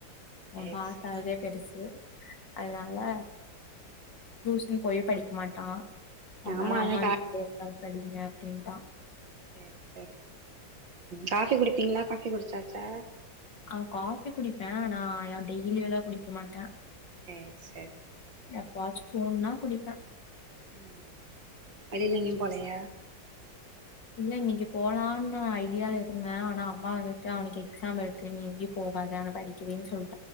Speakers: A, on the left (about 65°); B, on the right (about 70°).
A: அவ
B: சேர்
A: பாஸ்
B: சேர்
A: அதே பெருசு அதனால டியூசன் போயு படிக்க மாட்டா அதனால
B: ஆமா அது
A: அம்மா வீட்டு்லயே உக்காந்து படிங்க அப்டின்டான்
B: செரி சரி காஃபி குடிப்பீங்களா காஃபி குடிச்சாச்சா
A: ஆஹ் காஃபி குடிப்பே ஆனா டெய்லியல்லா குடிக்க மாட்டே
B: சேர் சேரி
A: எப்பவாச்சு தோணுனா குடிப்ப
B: உம் வெளில எங்கயு போலையா
A: இல்ல இன்னைக்கு போலான்னு நா ஐடியால இருந்தே ஆனா அம்மா வந்துட்டு அவனுக்கு எக்ஸாம் இருக்கு நீ எங்கயு போகாத அவன படிக்கவைன்னு சொல்